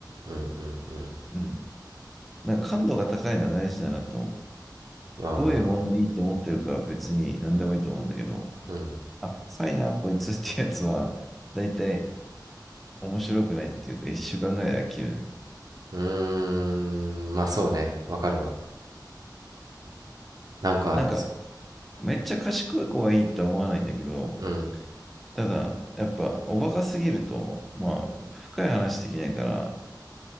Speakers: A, on the right; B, in the centre.
A: うんうんうん
B: うん。なんか感度が高いのは大事だなと思う。
A: ああ、
B: どういうものをいいと思ってるかは別に何でもいいと思うんだけど、
A: うん。
B: あ、さいな、こいつってやつは、だいたい面白くないっていうか、一週間ぐらいで飽きるね。
A: うーん、まあそうね、わかるわ。なんか、
B: なんか、
A: す
B: めっちゃ賢い子がいいとは思わないんだけど、
A: うん。
B: ただ、やっぱ、おバカすぎると、まあ、深い話できないから、